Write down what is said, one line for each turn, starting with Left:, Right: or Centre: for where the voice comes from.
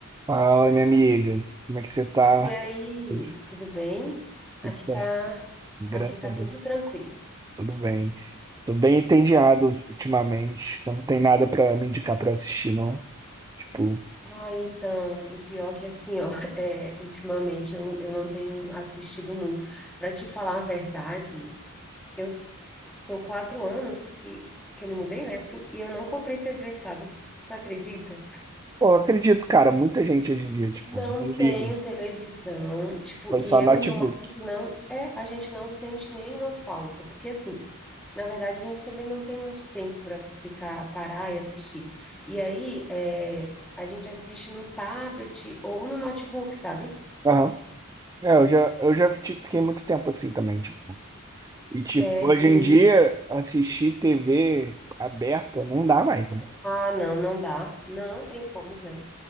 Right: Fala, minha amiga. Como é que você tá?
Centre: E aí,
Right: Tudo,
Centre: tudo bem?
Right: tudo
Centre: Aqui
Right: certo?
Centre: tá,
Right: Graças
Centre: aqui tá
Right: a Deus,
Centre: tudo tranquilo.
Right: tudo bem. Tô bem entediado ultimamente. Você não tem nada pra me indicar pra eu assistir, não? Tipo,
Centre: Ah, então, e pior que assim, ó, <laughs> é, ultimamente eu, eu não tenho assistido muito. Para te falar a verdade, eu tô quatro anos que, que eu me mudei, né, assim, e eu não comprei TV, sabe? Tu acredita?
Right: pô, eu acredito, cara, muita gente hoje em dia, tipo,
Centre: Não
Right: não liga.
Centre: tenho televisão, tipo,
Right: Foi
Centre: e
Right: só
Centre: eu
Right: notebook.
Centre: e meu marido não, é, a gente não sente nenhuma falta, porque assim, na verdade a gente também não tem muito tempo para ficar, parar e assistir. E aí, é, a gente assiste no tablet ou no notebook, sabe?
Right: Aham. É, eu já, eu já tipo, fiquei muito tempo assim também, tipo. E, tipo,
Centre: É,
Right: hoje
Centre: e,
Right: em dia, assistir TV aberta não dá mais, né?
Centre: ah, não, não dá, não tem como, né?